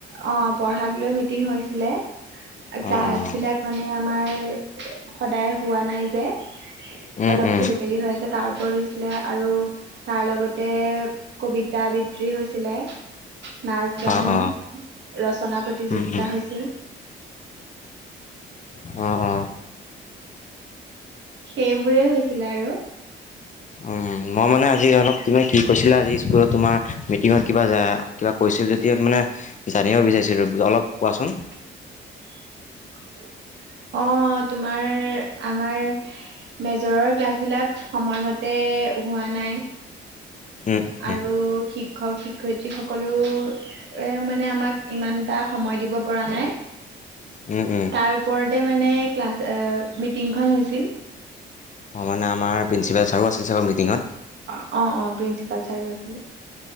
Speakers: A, on the right; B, on the left.
A: অ পঢ়াগ লৈ মিটিং হৈছিলে। ক্লাছ
B: অঁ অঁ
A: বিলাক মানে আমাৰ সদায় হোৱা নাই যে
B: উম
A: অলপ
B: উম
A: খেলি মেলি হৈ আছে তাৰ হৈছিলে আৰু তাৰ লগতে কবিতা আবৃত্তি হৈছিলে নাচ গান
B: অঁ অঁ
A: ৰচনা প্ৰতিযোগিতা
B: উম উম
A: হৈছিল।
B: অ, অ,
A: সেইবোৰে হৈছিলে আৰু।
B: উ, মই মানে আজি অলপ তমি কি কৈছিলা আজি স্কুলত তোমাৰ মিটিঙত কিবা কিবা কৈছিল য এতিয়া মানে জানিব বিচাৰিছিলোঁ অলপ কোৱাচোন?
A: <inaudible> অ, তোমাৰ আমাৰ মেজৰৰ ক্লাছ বিলাক সময়মতে হোৱা নাই।
B: উম
A: আৰু
B: উম
A: শিক্ষক শিক্ষয়িত্ৰী সকলো এ মানে আমাক ইমান এটা সময় দিব পৰা নাই
B: উম উম
A: তাৰ ওপৰত মানে ক্লাছ মিটিংখন হৈছিল।
B: অঁ, মানে আমাৰ প্ৰিন্সিপাল ছাৰো আছিলে চাৰৰ মিটিঙত
A: অ, অ, প্ৰিন্সিপাল ছাৰো আছিলে।